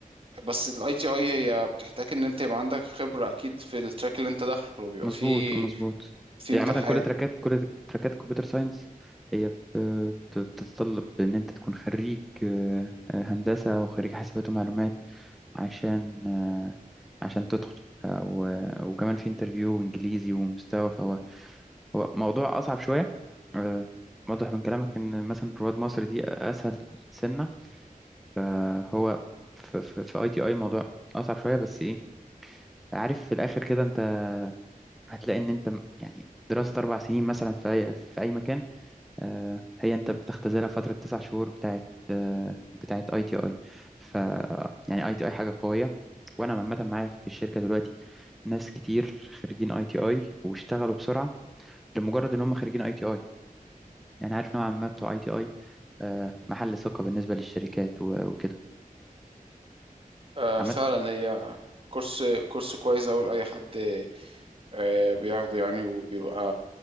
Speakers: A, on the right (about 40°); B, in the centre.
A: بس الاي تي اي هي بتحتاج ان انت يبقى عندك خبرة اكيد في التراك اللي انت داخله بيبقى
B: مظبوط
A: فيه
B: آه، مظبوط
A: في
B: يعني
A: امتحان
B: عامة كل تراكات كل تراكات كمبيوتر ساينس هي بت- بت- بتتطلب إن أنت تكون خريج آه، آه، هندسة أو خريج حاسبات ومعلومات عشان آه، عشان تدخل آه، و- وكمان في انترفيو انجليزي ومستوى فهو هو موضوع اصعب شويه آه، واضح من كلامك ان مثلا رواد مصر دي اسهل سنه آه، هو في في في اي تي اي موضوع اصعب شويه بس ايه عارف في الاخر كده انت هتلاقي ان انت م- يعني دراسه اربع سنين مثلا في اي في اي مكان آه، هي انت بتختزلها فترة تسع شهور بتاعت آه، بتاعت اي تي اي ف يعني اي تي اي حاجة قوية وانا عامة معايا في الشركة دلوقتي ناس كتير خريجين اي تي اي واشتغلوا بسرعة لمجرد ان هم خريجين اي تي اي يعني عارف نوعا ما بتوع اي تي اي محل ثقة بالنسبة للشركات و- وكده
A: آه
B: عامة
A: فعلا هي كورس كورس كويس اوي لاي حد آه بياخده يعني وبيبقى